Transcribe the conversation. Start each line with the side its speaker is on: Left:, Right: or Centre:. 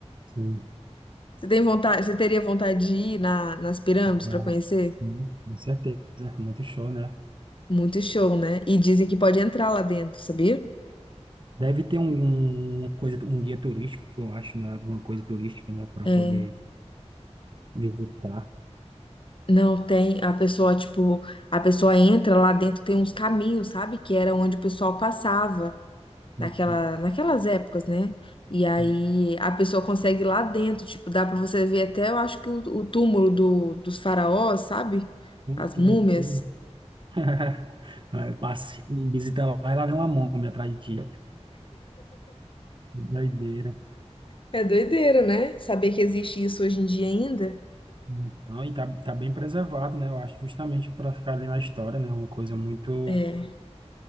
Right: Sim.
Left: Você tem vontade, você teria vontade de ir na, nas pirâmides
Right: Ah,
Left: para conhecer?
Right: sim, com certeza. Muito show, né?
Left: Muito show, né? E dizem que pode entrar lá dentro, sabia?
Right: Deve ter um, uma coisa, um guia turístico, eu acho, né? Alguma coisa turística, né? Para
Left: É.
Right: poder visitar.
Left: Não tem, a pessoa, tipo, a pessoa entra lá dentro, tem uns caminhos, sabe? Que era onde o pessoal passava
Right: Então,
Left: naquela, naquelas épocas, né? E aí
Right: sim.
Left: a pessoa consegue ir lá dentro, tipo, dá pra você ver até, eu acho que o, o túmulo do, dos faraós, sabe?
Right: Então,
Left: As
Right: que
Left: múmias.
Right: loucura. <laughs> Aí Eu passo, visita lá e lá vem uma múmia atrás de ti. Que Doideira.
Left: É doideira, né? Saber que existe isso hoje em dia ainda.
Right: Então, e tá, tá bem preservado, né? Eu acho justamente para ficar ali na história, né? Uma coisa muito
Left: É,